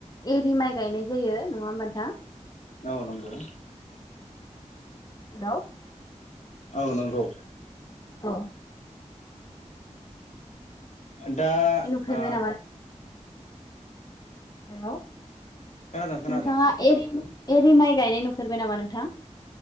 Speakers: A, on the left; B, on the left.
A: एरि माइ गायनाय जायो नङा होम नोंथां
B: औ नंगौ
A: हेल'
B: औ नंगौ
A: औ
B: दा
A: नुफेरबाय
B: आ
A: हेलौ
B: खोनादों खोनादों
A: नोंथाङा एरै एरि माइ गायनाय नुफेरबाय नामा नोंथां